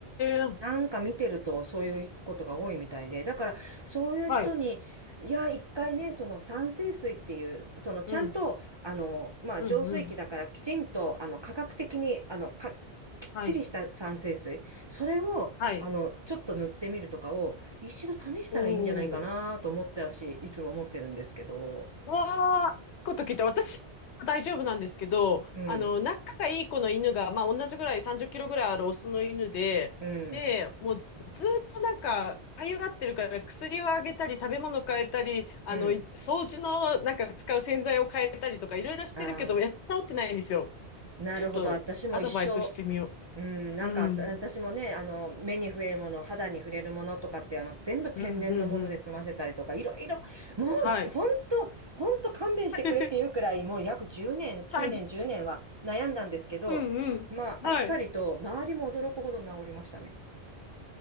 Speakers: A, on the left (about 85°); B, on the right (about 30°).
A: え。
B: なんか見てるとそういうことが多いみたいで、だからそういう人に、
A: はい。
B: いや、一回ね、その酸性水っていう、そのちゃんと、
A: うん。
B: あの、まあ、
A: うんうん。
B: 浄水器だからきちんと、あの、科学的に、あの、か、きっちりした酸性水、
A: はい。
B: それを、
A: はい。
B: あの、ちょっと塗ってみるとかを、一度試したらいいんじゃないかなと思って、
A: おお。
B: 私、いつも思ってるんですけど、
A: うわあ、つくこと聞いた。私は大丈夫なんですけど、
B: うん、
A: あの、仲がいい子の犬が、まあ、同じぐらい30キロぐらいあるオスの犬で、
B: うん、
A: で、もうずっとなんか、かゆがってるから薬をあげたり、食べ物変えたり、あの、
B: うん。
A: 掃除のなんか使う洗剤を変えたりとか、いろいろしてるけど、
B: ああ、
A: やっと治ってないんですよ。
B: なるほど。
A: ちょっとアドバイスしてみよ
B: 私も一生、うん、なんかあた私もね、
A: う。うん。
B: あの、目に触れるもの、肌に触れるものとかって、あの、全部天然のもので済ませたりとか、
A: うん、うん、うん。
B: いろいろ、もう、
A: はい。
B: じほんと、ほんと勘弁してくれっていうくらい、
A: <laughs>
B: もう約10年、
A: はい。
B: 9年、10年は悩んだんですけど、
A: うん、うん。
B: まあ、
A: はい。
B: あっさりと、周りも驚くほど治りましたね。